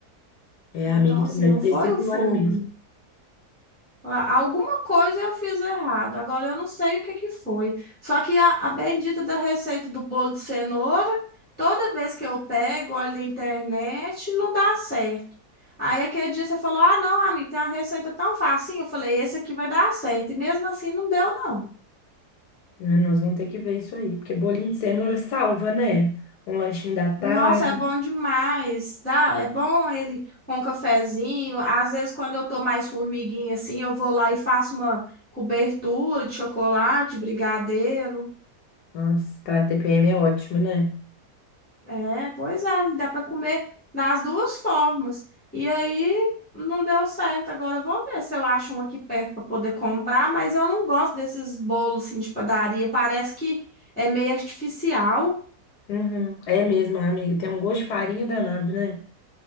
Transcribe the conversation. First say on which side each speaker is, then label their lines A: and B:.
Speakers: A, on the left; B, in the centre.
A: É,
B: Então,
A: amiga, então
B: assim,
A: deve
B: não foi
A: ter sido
B: o forno.
A: o óleo mesmo.
B: A- Alguma coisa eu fiz errado, agora eu não sei o que que foi. Só que a, a bendita da receita do bolo de cenoura, toda vez que eu pego, olho na internet, não dá certo. Aí aquele dia você falou: Ah, não, amigo, tem uma receita tão fácil. Eu falei: Esse aqui vai dar certo. E mesmo assim não deu, não.
A: Né, Nós vamos ter que ver isso aí, porque bolinho de cenoura salva, né? Um lanchinho da tarde.
B: Nossa, é bom demais. Dá, é bom ele com um cafezinho. Às vezes, quando eu tô mais formiguinha assim, eu vou lá e faço uma cobertura de chocolate, brigadeiro.
A: Nossa, pra TPM é ótimo, né?
B: É, pois é, e dá para comer das duas formas. E aí não deu certo. Agora eu vou ver se eu acho um aqui perto para poder comprar, mas eu não gosto desses bolos assim, de padaria. Parece que é meio artificial.
A: Uhum. É mesmo, amiga. Tem um gosto de farinha danado, né?